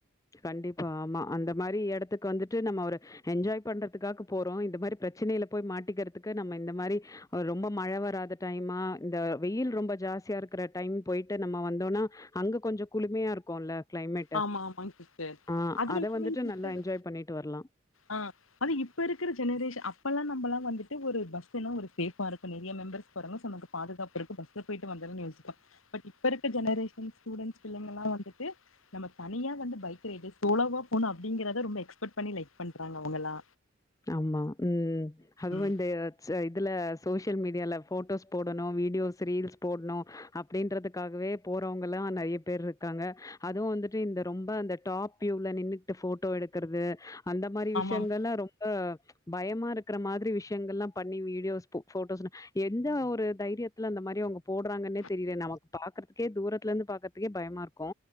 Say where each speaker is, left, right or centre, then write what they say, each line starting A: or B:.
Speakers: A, on the left; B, on the left.
A: கண்டிப்பா ஆமா அந்த மாரி எடத்துக்கு வந்துட்டு நம்ம ஒரு என்ஜாய் பண்றதுக்காக போறோ இந்த மாதிரி பிரச்சனயில போய் மாட்டிக்கிறதுக்கு நம்ம இந்த மாரி ஒரு ரொம்ப மழ வராத டைமா இந்த வெயில் ரொம்ப ஜாஸ்தியா இருக்கிற டைம் போயிட்டு நம்ம வந்தோம்னா அங்க கொஞ்சம் குளுமையா இருக்கும்ல கிளைமேட்டு.
B: ஆமா ஆமாங்
A: ஆ
B: அதுவு
A: அத
B: நம்மேங்க
A: வந்துட்டு
B: சுத்துறது
A: நல்லா என்ஜாய் பண்ணிட்டு வரலாம்.
B: ஆஹ் அது இப்ப இருக்கிற ஜெனரேஷன் அப்பலா நம்மலா வந்துட்டு ஒரு பஸ்னா ஒரு ஸ்சேஃப் இருக்கு நெறய மெம்பர்ஸ் போறங்க சோ நமக்கு பாதுகாப்ருக்கு பஸ்ல போயிட்டு வந்தர்லானு யோசிபோ பட் இப்ப இருக்க ஜெனரேஷன் ஸூடென்ஸ்கெல்லமே வந்துட்டு திஸ் நம்ம தனியா வந்து பைக் ரைடு சோலோவா போணு அப்படிங்கறத ரொம்ப எக்ஸ்பெட் பண்ணி லைக் பண்றாங்க அவங்கெலா
A: ஆமா உம் அதுவுந்த
B: ம்.
A: இட்ஸ் இதுல சோசியல் மீடியால போட்டோஸ் போடணு வீடியோஸ் ரீல்ஸ் போட்ணு அப்டின்றதுக்காகவே போறவங்க எல்லா நெறய பேர் இருக்காங்க அதுவு வந்துட்டு இந்த ரொம்ப அந்த டாப் வியூல நின்னுட்டு போட்டோ எடுக்றது அந்த மாரி விஷயங்கலா
B: ஆமாமா.
A: ரொம் பயமா இருக்கற மாதிரி விஷயங்களெல்லா பண்ணி வீடியோஸ் போட்டோஸ் எந்த ஒரு தைரியத்ல அந்த மாரி அவங்க போடுறாங்கன்னே தெரில நமக்கு பாக்கறதுக்கே தூரத்தல இருந்து பாக்கறதுக்கே பயமா இருக்கு